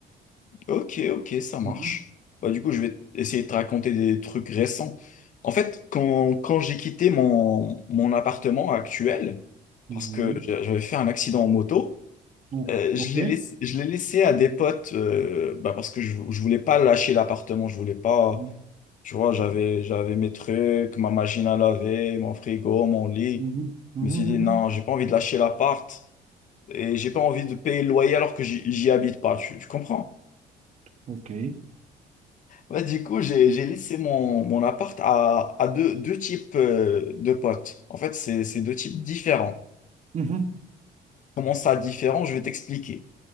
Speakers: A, on the left; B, on the right.
A: Ok, ok, ça marche.
B: mhm,
A: Bah, du coup, je vais essayer de te raconter des trucs récents. En fait, quand, quand j'ai quitté mon, mon appartement actuel,
B: mhm.
A: parce que j'a- j'avais fait un accident en moto,
B: Oh,
A: euh,
B: ok.
A: je l'ai laissé, je l'ai laissé à des potes euh, bah, parce que je, je voulais pas lâcher l'appartement, je voulais pas.
B: Mhm,
A: Tu vois, j'avais, j'avais mes trucs, ma machine à laver, mon frigo, mon lit.
B: mhm, mhm,
A: Je me suis dit, non,
B: mhm.
A: j'ai pas envie de lâcher l'appart et j'ai pas envie de payer le loyer alors que j'y j'y habite pas. Tu, tu comprends?
B: Ok.
A: Ouais, du coup, j'ai, j'ai laissé mon, mon appart à, à deux, deux types euh, de potes. En fait, c'est, c'est deux types différents.
B: Mhm,
A: Comment ça différent? Je vais t'expliquer.